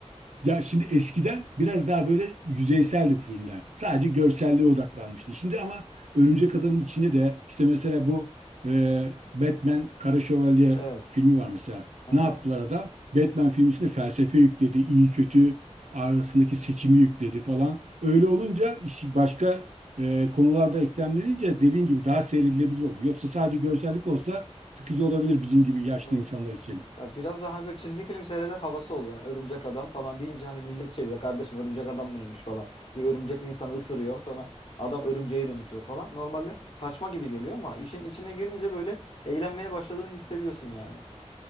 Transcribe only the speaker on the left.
Evet.
Hı hı.
Evet.
Ya biraz daha hani böyle çizgi film seyreder havası oluyor. Yani örümcek adam falan deyince hani millet şey diyor kardeşim örümcek adam neymiş falan. Bir örümcek insanı ısırıyor sonra adam örümceğe dönüşüyor falan. Normalde saçma gibi geliyor ama işin içine girince böyle eğlenmeye başladığını hissediyorsun yani.